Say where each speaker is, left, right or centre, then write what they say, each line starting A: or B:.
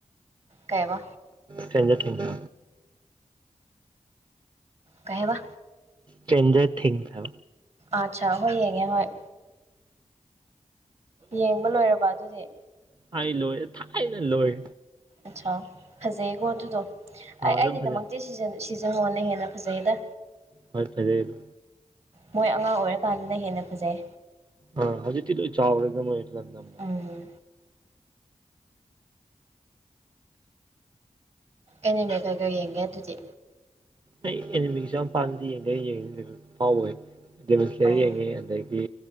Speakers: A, on the right (about 55°); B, on the right (about 35°).
A: ꯀꯩꯕ
B: ꯊꯦꯡꯣ ꯊꯦꯡꯨ
A: ꯀꯍꯕ
B: ꯆꯦꯟꯖꯔ ꯊ
A: ꯑꯆꯥ ꯍꯣꯏ ꯌꯦꯡꯉꯦ ꯍꯣꯏ ꯌꯦꯡꯕ ꯂꯣꯏꯔꯕ ꯑꯗꯨꯗꯤ
B: ꯍꯥꯏꯥꯏ ꯂꯣꯍꯦ ꯊꯥꯏꯅꯦ ꯂꯣꯍꯦ
A: ꯑꯠꯆꯥ ꯐꯖꯩꯀꯣ ꯑꯗꯨꯗꯣ
B: ꯑꯥ
A: ꯑꯩ
B: ꯑꯗꯨꯝ
A: ꯑꯩꯒꯤꯗꯃꯛꯇꯤ
B: ꯐꯖꯩ
A: ꯖ ꯍꯣꯟꯅ ꯍꯦꯟꯅ ꯐꯖꯩꯗ
B: ꯍꯣꯏ ꯐꯖꯩꯗ
A: ꯃꯣꯏ ꯑꯉꯥꯡ ꯑꯣꯏꯔꯀꯥꯟꯗꯅ ꯍꯦꯟꯅ ꯐꯖꯩ
B: ꯑ ꯍꯧꯖꯤ ꯊꯤ ꯆ ꯆꯥꯎꯔꯦꯗ ꯏ ꯂ ꯅꯔ
A: ꯎꯝ ꯑꯦꯅꯦꯕꯒꯒ ꯌꯦꯡꯒꯦ ꯑꯗꯨꯗꯤ
B: ꯑꯩ ꯑꯦꯅꯤꯃꯤꯛꯁꯦ ꯌꯥꯝ ꯄꯥꯝꯗ ꯌꯦꯡꯒ ꯌꯦꯡꯉ ꯐꯥꯎꯋꯦ ꯁꯔꯤ
A: ꯑꯧ
B: ꯌꯦꯉꯤ ꯑꯀꯤ